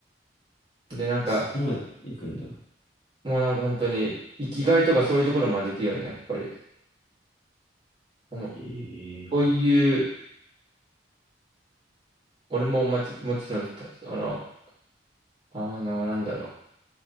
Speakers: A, on the right; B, on the left.
A: で、なんか、
B: そこまで行くんだ。
A: もうなんか本当に、生きがいとかそういうところまで行くよね、やっぱり。もう
B: ええ
A: そういう、俺もまち、もちろん、たあの、あの、なんだろ